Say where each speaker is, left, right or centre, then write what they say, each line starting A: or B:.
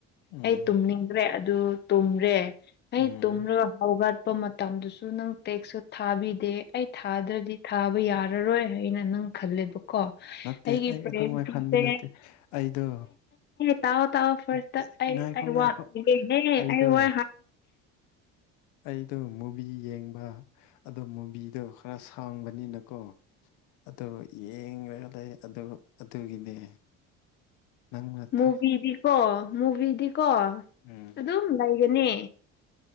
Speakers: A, on the left (about 80°); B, on the left (about 35°).
A: ꯎꯝ
B: ꯑꯩ ꯇꯨꯝꯅꯤꯡꯗ꯭ꯔꯦ ꯑꯗꯨ ꯇꯨꯝꯔꯦ ꯍ
A: ꯎꯝ
B: ꯇꯨꯝꯔꯒ ꯍꯥꯎꯒꯠꯄ ꯃꯇꯝꯗꯨꯁꯨ ꯅꯪ ꯇꯦꯛꯁꯨ ꯊꯥꯕꯤꯗꯦ ꯑꯩ ꯊꯥꯗ꯭ꯔꯗꯤ ꯊꯥꯕ ꯌꯥꯔꯔꯣꯏ ꯍꯥꯏꯅ ꯅꯪ ꯈꯜꯂꯦꯕ ꯀꯣ
A: ꯅꯠꯇꯦ
B: ꯑꯩꯒꯤ
A: ꯑꯩ
B: ꯄ꯭ꯔꯦꯟꯁꯤꯡꯁꯦ
A: ꯑꯗꯨꯃꯥꯏ ꯈꯟꯕ ꯅꯠꯇꯦ ꯑꯩꯗꯣ
B: ꯇꯥꯛꯑꯣ ꯇꯥꯛꯑꯣ ꯐꯔꯁ
A: ꯅꯠꯇꯦ
B: ꯑꯩ
A: ꯉꯥꯏꯈꯣ ꯉꯥꯏꯈꯣ
B: ꯋꯥ
A: ꯑꯩꯗꯣ
B: ꯑꯩ ꯋꯥ
A: ꯑꯩꯗꯣ ꯃꯨꯚꯤ ꯌꯦꯡꯕ ꯑꯣ ꯃꯨꯚꯤꯗꯣ ꯈꯔ ꯁꯥꯡꯕꯅꯤꯅꯀꯣ ꯑꯗꯨ ꯌꯦꯡꯂꯒ ꯂꯩ ꯑꯗꯨ ꯑꯗꯨꯒꯤꯅꯦ ꯅꯪꯅ ꯊꯛ
B: ꯃꯨꯚꯤꯗꯤꯀꯣ ꯃꯨꯚꯤꯗꯤꯀꯣ
A: ꯎꯝ
B: ꯑꯗꯨꯝ ꯂꯩꯒꯅꯤ